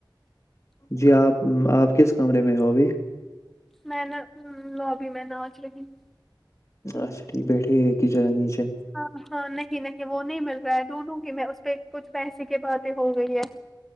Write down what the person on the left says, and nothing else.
جی آپ آپ کس کمرے میں ہو ابھی
اچھا ٹھیک بیٹھے ایک جائے نچے